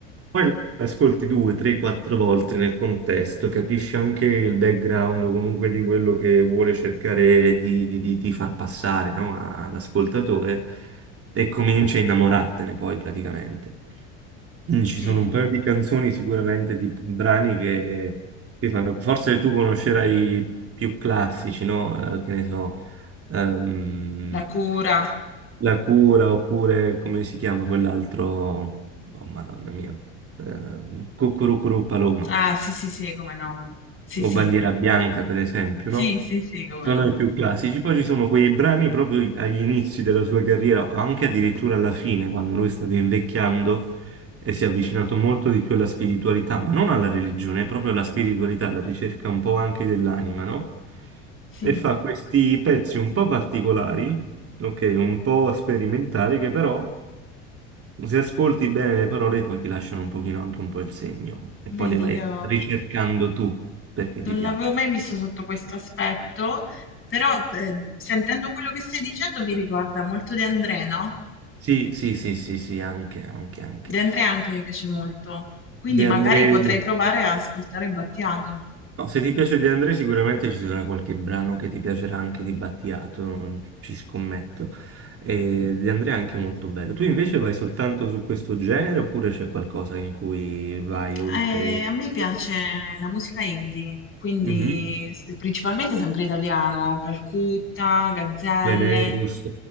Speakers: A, on the right; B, on the left.
A: Poi ascolti due, tre, quattro volte nel contesto, capisci anche il background comunque di quello che vuole cercare di, di- di- di far passare, no, all'ascoltatore e cominci a innamorartene poi praticamente. Mm,
B: Sì,
A: Ci sono un paio di canzoni sicuramente di brani che, che fanno. Forse tu conoscerai i più classici, no? Eh, che ne so, ehm,
B: la cura.
A: La Cura oppure come si chiama quell'altro? Oh, Madonna mia, ehm, Cucurucuru Paloma
B: Ah, sì, sì, sì, come no. Sì,
A: o
B: sì.
A: Bandiera Bianca, per esempio,
B: Sì,
A: no?
B: sì, sì, come
A: Sono
B: no.
A: i più classici, poi ci sono quei brani proprio agli inizi della sua carriera, anche addirittura alla fine, quando lui stava invecchiando e si è avvicinato molto di più alla spiritualità, ma non alla religione, proprio alla spiritualità, alla ricerca un po' anche dell'anima, no?
B: Sì.
A: E fa questi pezzi un po' particolari, ok, un po' sperimentali, che però se ascolti bene le parole poi ti lasciano un pochino anche un po' il segno e
B: Vedi,
A: poi le vai
B: io
A: ricercando tu perché
B: non
A: ti piacciono.
B: l'avevo mai visto sotto questo aspetto, però eh, sentendo quello che stai dicendo mi ricorda molto De André, no?
A: Sì, sì, sì, sì, sì, anche, anche, anche.
B: De André anche mi piace molto, quindi
A: De
B: magari
A: André,
B: potrei provare a ascoltare Battiato.
A: no, se ti piace De André sicuramente ci sarà qualche brano che ti piacerà anche di Battiato, non ci scommetto. E De André è anche molto bello. Tu invece vai soltanto su questo genere oppure c'è qualcosa in cui vai
B: Mh,
A: oltre?
B: ehm, a me piace la musica indie, quindi
A: Mhm.
B: s principalmente sempre italiano, Calcutta, Gazzelle,
A: Venerus.